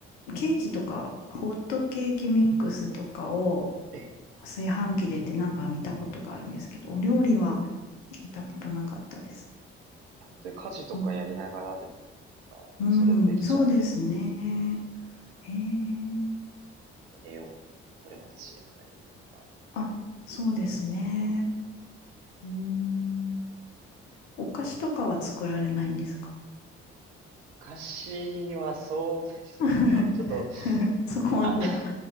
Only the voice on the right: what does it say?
ええ
や本当に家事とかやりながらでも、
あの、
それでできちゃうの
で、栄養も取れますし、野菜でれば。
お菓子はそうですね。
ちょっと、
あんまり、